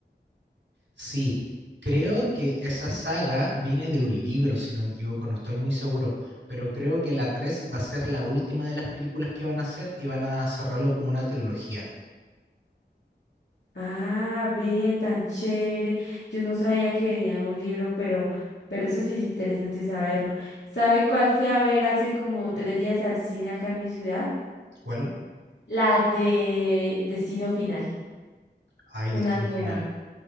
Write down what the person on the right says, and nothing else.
Sí, creo que esa saga viene de un libro, si no me equivoco, no estoy muy seguro, pero creo que la 3 va a ser la última de las películas que van a hacer y van a cerrarlo como una trilogía.
¿Cuál?
Ay,
Destino
Final.